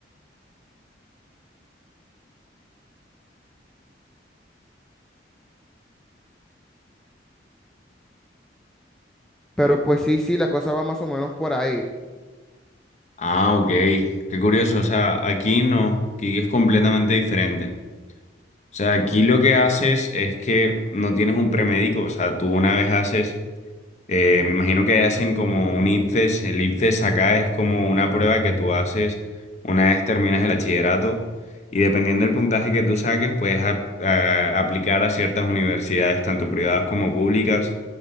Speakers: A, in the centre; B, on the left.
A: pero pues sí, sí, la cosa va más o menos por ahí.
B: Ah, ok. Qué curioso. O sea, aquí no, aquí es completamente diferente. O sea, aquí lo que haces es que no tienes un premédico, o sea, tú una vez haces Eh, me imagino que hacen como un ICFES. El ICFES acá es como una prueba que tú haces una vez terminas el bachillerato y dependiendo del puntaje que tú saques, puedes ap- a- aplicar a ciertas universidades, tanto privadas como públicas,